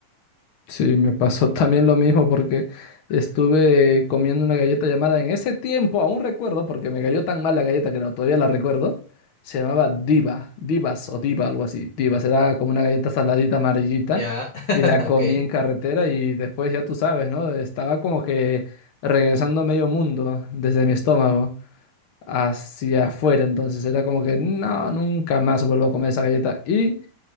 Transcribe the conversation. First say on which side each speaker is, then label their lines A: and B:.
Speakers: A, on the left (about 80°); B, on the left (about 45°).
A: Sí, me pasó <laughs> también lo mismo porque estuve comiendo una galleta llamada en ese tiempo, aún recuerdo, porque me cayó tan mal la galleta que no, todavía la recuerdo. Se llamaba Diva, Divas o Diva, algo así. Divas era como una galleta saladita amarillita
B: Ya, <laughs>
A: y la comí
B: ok.
A: en carretera y después ya tú sabes, ¿no? Estaba como que regresando a medio mundo desde mi estómago hacia afuera, entonces era como que no, nunca más vuelvo a comer esa galleta y